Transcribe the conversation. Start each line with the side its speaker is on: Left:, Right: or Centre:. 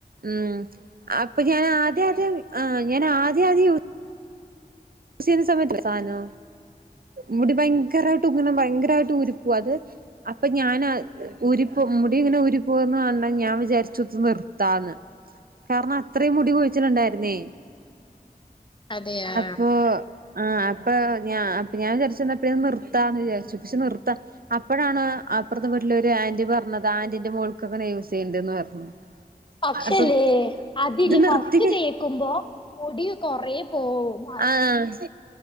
Right: ം അപ്പൊ ഞാൻ ആദ്യ ആദ്യം ആ ഞാൻ ആദ്യം ആദ്യം ചിശുന്ന സമയത്ത് മുടി ഭയങ്കരായിട്ട് ങനെ ഭയങ്കരായിട്ട് ഊരിപ്പൂവ അത് അപ്പൊ ഞാനാ ഊരിപ്പൊ മുടിങ്ങനെ ഊരി പോന്ന് കണ്ടാ ഞാൻ വിചാരിച്ചു നിർത്താന്ന്. കാരണം അത്രീം മുടി കൊഴിച്ചിലുണ്ടായിരുന്നേയ്.
Left: അതെ ആ
Right: അപ്പൊ ആ അപ്പൊ ഞ ഞാൻ വിചാരിച്ചു എന്നാ പിന്നെ നിർത്താന്ന് വിചാരിച്ചു പക്ഷെ നിർത്താ അപ്പോഴാണ് അപ്പുറത്തെ വീട്ടിലെ ഒരു ആന്റി പറഞ്ഞത് ആന്റിന്റെ മോൾക്കൊകെ ങ്ങനെ യൂസിയ്യ്ൺണ്ട് പറഞ്ഞു.
Left: പക്ഷല്ലേ
Right: അപ്പൊ
Left: അതില്
Right: ത് നിർത്തിക്ക
Left: ഫസ്റ്റ് തേക്കുമ്പോ മുടി കൊറേ പോവും
Right: ആ